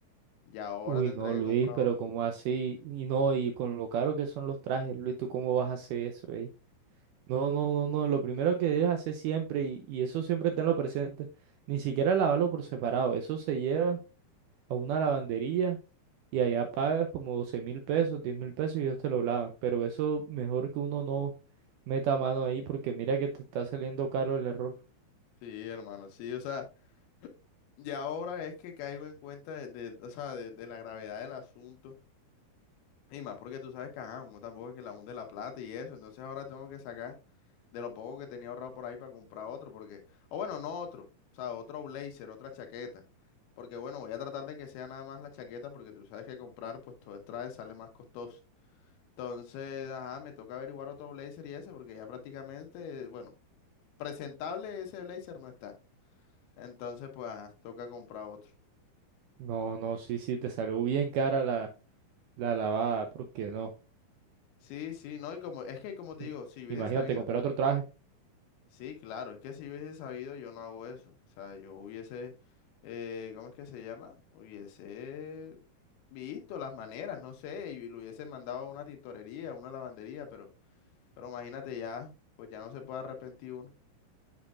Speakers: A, on the left; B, on the right.
A: y ahora
B: Uy,
A: tendré
B: no, Luis,
A: que comprar
B: pero
A: otro.
B: ¿cómo así? Y no, y con lo caro que son los trajes, Luis, ¿tú cómo vas a hacer eso, ¿eh? No, no, no, no. Lo primero que debes hacer siempre, y, y eso siempre tenlo presente, ni siquiera lavarlo por separado. Eso se lleva a una lavandería y allá pagas como doce mil pesos, diez mil pesos y ellos te lo lavan. Pero eso mejor que uno no meta mano ahí porque mira que te está saliendo caro el error.
A: Sí, hermano, sí, o sea, y ahora es que caigo en cuenta de, de- o sea, de, de la gravedad del asunto. Y más porque tú sabes que, ajá, uno tampoco es que la hunde la plata y eso. Entonces ahora tengo que sacar de lo poco que tenía ahorrado por ahí para comprar otro. Porque, o bueno, no otro. O sea, otro blazer, otra chaqueta. Porque bueno, voy a tratar de que sea nada más la chaqueta porque tú sabes que comprar pues todo el traje sale más costoso. Entonces, ajá, me toca averiguar otro blazer y ese porque ya prácticamente, bueno, presentable ese blazer no está. Entonces, pues, ajá, toca comprar otro.
B: No, no, sí, sí, te salió bien cara la, la lavada, porque no.
A: Sí, sí, no, y como, es que como te
B: Mm.
A: digo, si hubiese
B: Imagínate
A: sabido
B: comprar otro traje.
A: Sí, claro, es que si hubiese sabido yo no hago eso. O sea, yo hubiese, eh, ¿cómo es que se llama? Hubiese visto las maneras, no sé, y lo hubiese mandado a una tintorería, a una lavandería, pero, pero imagínate ya, pues ya no se puede arrepentir uno.